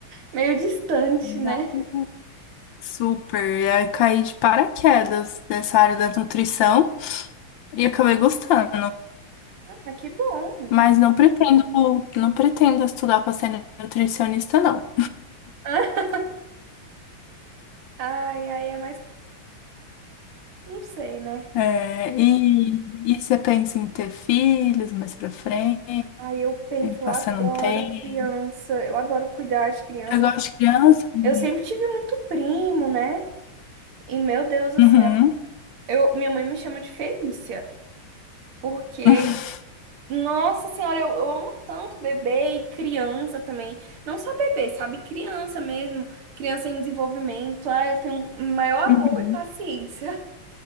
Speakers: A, on the right (about 80°); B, on the left (about 70°).
A: Meio distante, né?
B: Nada. Super. E aí caí de paraquedas nessa área da nutrição e acabei gostando.
A: Ah, que bom.
B: Mas não pretendo, não pretendo estudar para ser nutricionista, não.
A: <laughs> Ai, ai, é mais. Não sei, né?
B: É, e, e você pensa em ter filhos mais pra frente,
A: Ai, eu penso, eu
B: passando
A: adoro
B: um tempo?
A: criança, eu adoro cuidar de crianças.
B: Eu gosto de criança? amiga.
A: Eu sempre tive muito primo, né? E meu Deus do
B: Uhum.
A: céu, eu, minha mãe me chama de Felícia. Porque,
B: <laughs>
A: nossa senhora, eu, eu amo tanto bebê e criança também. Não só bebê, sabe? Criança mesmo. Criança em desenvolvimento. Ai, eu tenho o maior
B: Uhum.
A: amor e paciência